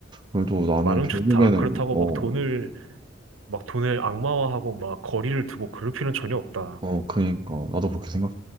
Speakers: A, on the right (about 25°); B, on the right (about 85°).
A: 그래도 나는
B: 많으면
A: 결국에는,
B: 좋다. 그렇다고
A: 어,
B: 막 돈을, 막 돈을 악마화하고 막 거리를 두고 그럴 필요는 전혀 없다.
A: 어, 그러니까. 나도 그렇게 생각해.